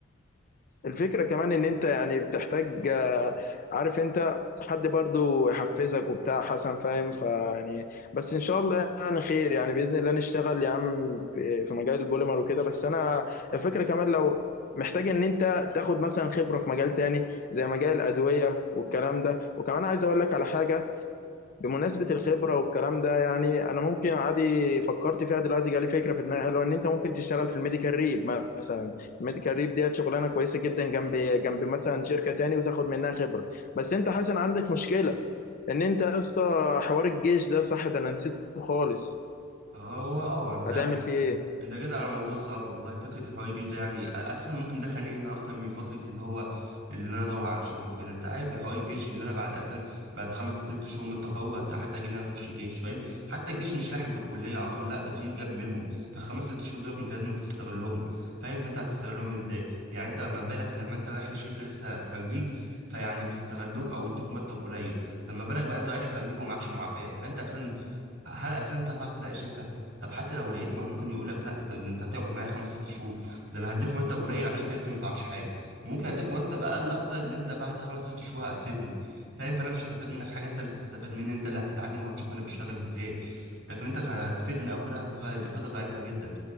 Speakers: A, on the left (about 45°); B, on the right (about 65°).
A: الفكرة كمان ان انت يعني بتحتاج آه، عارف انت حد برضو يحفزك وبتاع حسن فاهم فيعني بس ان شاء الله يعني خير يعني بإذن الله نشتغل يا عم في في مجال البوليمر وكده بس انا الفكرة كمان لو محتاج ان انت تاخد مثلا خبرة في مجال تاني زي مجال الأدوية والكلام ده وكمان عايز اقول لك على حاجة بمناسبة الخبرة والكلام ده يعني أنا ممكن عادي فكرت فيها دلوقتي جالي فكرة في دماغي حلوة إن أنت ممكن تشتغل في الميديكال ريب مثلا الميديكال ريب ديت شغلانة كويسة جدا جنب جنب مثلا شركة تاني وتاخد منها خبرة بس أنت حسن عندك مشكلة إن أنت يا اسطى حوار الجيش ده صح ده أنا نسيته خالص
B: هو اه انت
A: هتعمل فيه إيه؟
B: انت كده على موضوع صعب والله فكره الحوار الجيش ده يعني اساسا ممكن ده خانقني اكتر من فتره اللي هو اللي انا ادور على شغل وكده انت عارف الحوار الجيش اللي انا بعد اساسا بعد خمس ست شهور من التخرج هت- هحتاج ان انا اخش جيش فاهم حتى الجيش مش لاحم في الكليه على طول لا ده في جاب منهم فالخمس ست شهور دول انت لازم تستغلهم فاهم فانت هتستغلهم ازاي يعني انت ما بالك لما انت رايح لشركه لسه خريج فيعني بيستغلوك او يدوك مرتب قليل طب ما بالك بقى انت رايح خريج ومعكش معافاه فانت اساسا هل اساسا انت هتعرف تلاقي شركه طب حتى لو لقيت ما ممكن يقول لك لا ده انت هتقعد معايا خمس ست شهور ده انا هديك مرتب قليل عشان انت لسه ما تعرفش حاجه وممكن اديك مرتب اقل اكتر اللي انت بعد خمس ست شهور هتسيبني فاهم فانا مش هستفاد منك حاجه انت اللي تستفاد مني انت اللي هتتعلم وهتشوف انا بشتغل ازاي لكن انت هتفيدني او كده هتبقى الافاده ضعيفه جدا